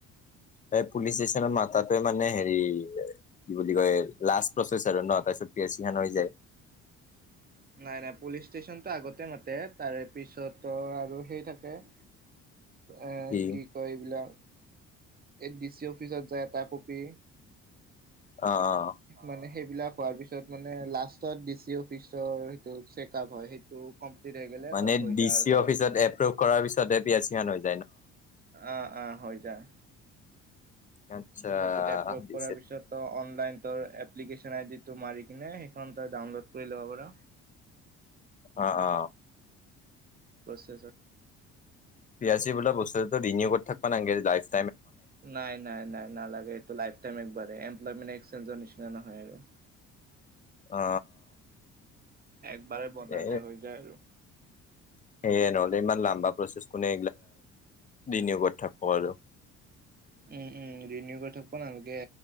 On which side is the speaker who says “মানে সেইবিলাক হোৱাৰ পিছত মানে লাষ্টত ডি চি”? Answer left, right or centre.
Right